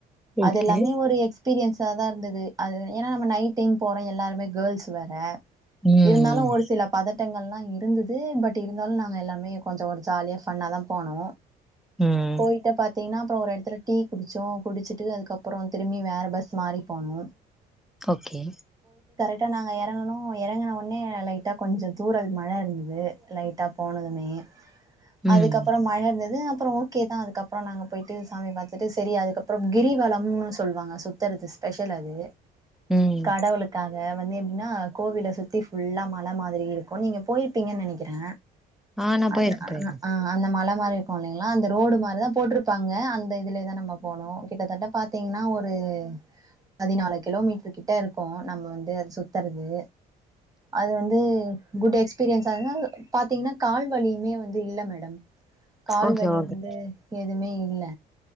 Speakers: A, in the centre; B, on the right.
A: ஓகே
B: அதெல்லாமே ஒரு எக்ஸ்பீரியன்ஸ் ஸாதா இருந்தது அது ஏனா நம்ம நைட் டைம் போறோ எல்லாருமே கேள்ஸ் வேற
A: ம்
B: இருந்தாலு ஒரு சில பதட்டங்கள்லா இருந்தது பட் இருந்தாலு நாங்க எல்லாமே கொஞ்ச ஒரு ஜாலியா ஃபன்னா தா போனோ
A: ம்
B: போயிட்டு பாத்தீனா அப்றோ ஒரு எடத்துல டீ குடிச்சோ குடுச்சுட்டு அதுக்கப்றோ திரும்பி வேற பஸ் மாறி போனு
A: ஓகே
B: டா நாங்க எறங்குனோ எறங்குனோ னே லைட்டா கொஞ்ச தூரல் மழ இருந்தது லைட்டா போனதுமே
A: ம்
B: அதுக்கப்ற மழ இருந்தது அப் பு‌றொ‌ ஓகே தா அதுக்கப்றொ நாங்க போயிட்டு சாமி பாத்துட்டு செரி அதுக்கப்றம் கிரிவலம்னு சொல்வாங்க சுத்துறது ஸ்பெஷல் அது
A: ம்
B: கடவுளுக்காக வந்து எப்டின்னா கோவில சுத் தி ஃபுல்லா மல மாதிரி இருக்கு நீங்க போயிருப்பீங்கன் நெனக்கிறே
A: ஆ நா
B: அன
A: போயிருக்கே
B: அ
A: போயிருக்கே
B: ன ஆ அந்த மல மாரி ருக்குல்லிங்ளா அந்த ரோடு மாரிதா போட்ருப்பாங்க அந்த இதுலேதா நம்ம போனு கிட்டத்தட்ட பாத்தீங்னா ஒரு பதினாலு கிலோமீட்ரு கிட்ட இருக்கு நம்ம வந்து அது சுத்துறது அது வந்து குட் எக்ஸ்பீரியன்ஸா <unintelligible> பாத்தீங்னா கால்வலியுமே வந் து இல்ல மேடம் கால்வலி
A: ஓகே ஓகே
B: வந்து எதுவ்மே இல்ல